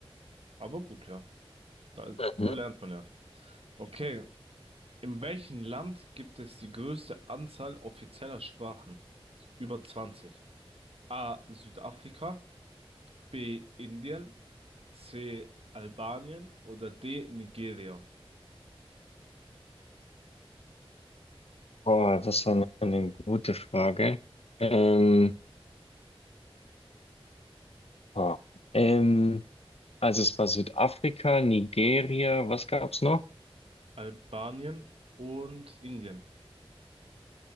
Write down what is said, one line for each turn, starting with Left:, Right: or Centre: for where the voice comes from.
Right: Aber gut, ja. Da,
Left: Mhm.
Right: so lernt man ja. Okay. In welchem Land gibt es die größte Anzahl offizieller Sprachen? Über zwanzig A. Südafrika, B. Indien, C. Albanien oder D. Nigeria.
Left: Boah, das war eine, eine gute Frage. Ähm, boah, ähm, also es war Südafrika, Nigeria, was gab's noch?
Right: Albanien und Indien.